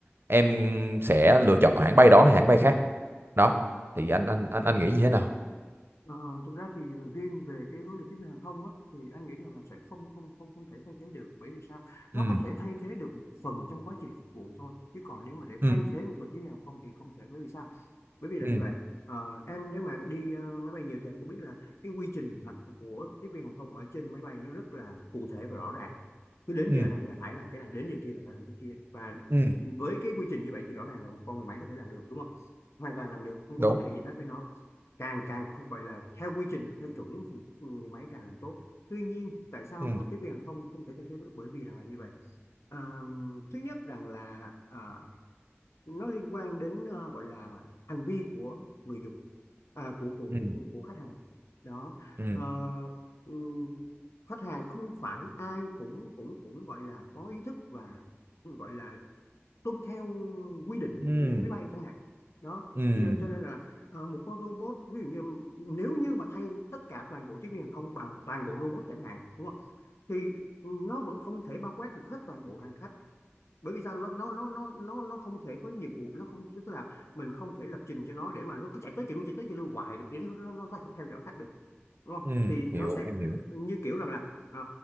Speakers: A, on the right; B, on the left.
A: em sẽ lựa chọn hãng bay đó hay hãng bay khác đó thì anh anh anh anh nghĩ như thế nào
B: Ờ, thực ra thì riêng về cái vấn đề tiếp viên hàng không á thì anh nghĩ là sẽ không không không không thể thay thế được bởi vì sao nó
A: ừ
B: có thể thay thế được một phần trong quá trình phục vụ thôi chứ còn nếu mà để
A: ừ
B: thay thế một người tiếp viên hàng không thì không thể bởi vì sao bởi vì là
A: ừ
B: như vậy Ờ, em nếu mà em đi ờ, máy bay nhiều thì em cũng biết là cái quy trình hoạt- của tiếp viên hàng không ở trên máy bay nó rất là cụ thể và rõ ràng cứ đến
A: ừ
B: giờ này là phải làm cái này đến giờ kia là phải làm cái kia và
A: ừ
B: với cái quy trình như vậy thì rõ ràng là một con người máy có thể làm được đúng không hoàn toàn làm được không có
A: đúng
B: vấn đề gì hết với nó càng càng không phải là theo quy trình mà theo chuẩn thì người máy càng làm tốt tuy nhiên tại sao
A: ừ
B: tiếp viên hàng không không thể thay thế được bởi vì rằng là như vậy Ờ, thứ nhất rằng là à, nó liên quan đến ờ, gọi là hành vi của người dùng à, của của
A: ừ
B: của của khách hàng đó
A: ừ
B: Ờ, ừm, khách hàng không phải ai cũng cũng cũng gọi là có ý thức và gọi là tuân theo quy định
A: ừ
B: của máy bay chẳng hạn đó
A: ừ
B: Bây giờ cho nên là ờ, một con robot ví dụ như nếu như mà thay tất cả toàn bộ tiếp viên hàng không bằng toàn bộ robot chẳng hạn đúng không thì nó vẫn không thể bao quát được hết toàn bộ hành khách bởi vì sao nó nó nó nó nó nó không thể có nhiệm vụ nó không tức là mình không thể lập trình cho nó để mà nó cứ chạy tới chạy lui chạy tới chạy lui hoài được để nó, nó, nó có thể theo dõi khách được đúng không
A: ừ
B: thì nó
A: hiểu
B: sẽ
A: em hiểu
B: như kiểu rằng là ờ,